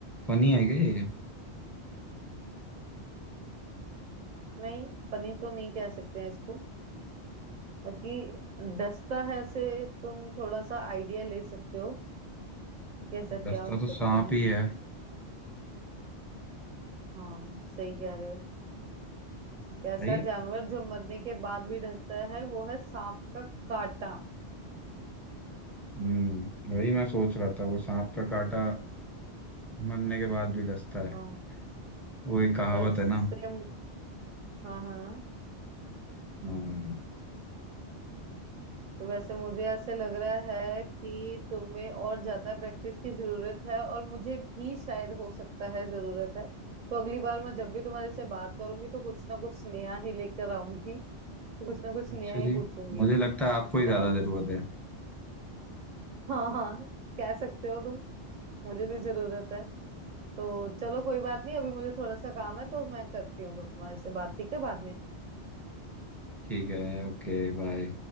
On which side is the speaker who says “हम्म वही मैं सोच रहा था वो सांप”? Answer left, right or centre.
Centre